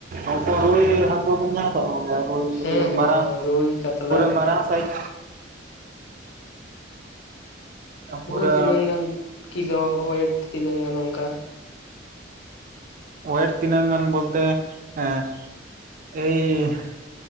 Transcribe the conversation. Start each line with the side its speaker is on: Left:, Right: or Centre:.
Right: ᱩᱱᱠᱩ ᱨᱩᱭ ᱦᱟᱹᱠᱩ ᱠᱚ ᱧᱮᱞ ᱟᱠᱟᱫ ᱠᱚᱜᱮᱭᱟ ᱳᱭ
Left: ᱦᱮᱸ ᱦᱮᱸ
Right: ᱢᱟᱨᱟᱝ
Left: ᱦᱮᱸ ᱨᱩᱭ ᱠᱟᱛᱞᱟ
Right: ᱯᱩᱨᱟᱹ ᱢᱟᱨᱟᱝ ᱥᱟᱭᱤᱡ
Left: ᱛᱚᱵᱩ
Right: ᱯᱩᱨᱟᱹ
Left: ᱛᱤᱱᱟᱹᱝ ᱜᱟᱱ ᱠᱤᱞᱳ ᱳᱭᱮᱴ ᱛᱤᱱᱟᱹᱝ ᱜᱟᱱ ᱚᱱᱠᱟ᱾
Right: ᱳᱭᱮᱴ ᱛᱤᱱᱟ ᱜᱟᱱ ᱵᱚᱞᱛᱮ ᱟ ᱮᱭᱼᱼ